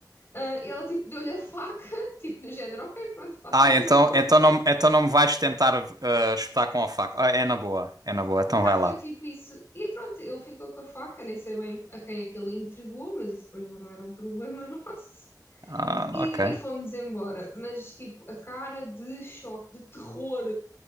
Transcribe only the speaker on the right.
Ah,
então,
então
não, então não me vais tentar ah, espetar com a faca. Ah, é na boa, é na boa, então
vai
lá.
Ah,
ok.